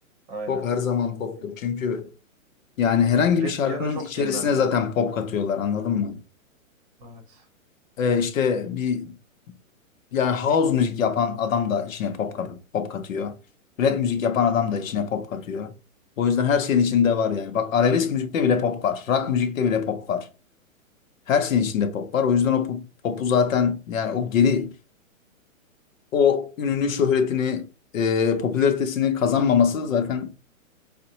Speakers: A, on the right; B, on the left.
A: Aynen.
B: Pop her zaman poptur. Çünkü yani herhangi
A: Rap
B: bir şarkının
A: bir ara çok
B: içerisine
A: dinlendi.
B: zaten pop katıyorlar anladın mı?
A: Evet.
B: Ee, işte bir yani house müzik yapan adam da içine pop, kat- pop katıyor. Rap müzik yapan adam da içine pop katıyor. O yüzden her şeyin içinde var yani. Bak arabesk müzikte bile pop var. Rock müzikte bile pop var. Her şeyin içinde pop var. O yüzden o pop- popu zaten yani o geri o ününü, şöhretini, e, popülaritesini kazanmaması zaten